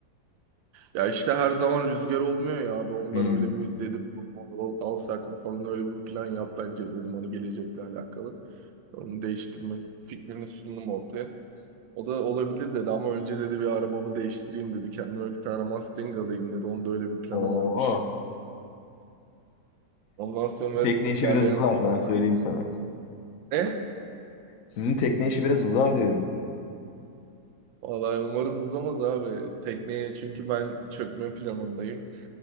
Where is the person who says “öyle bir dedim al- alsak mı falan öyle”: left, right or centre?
Right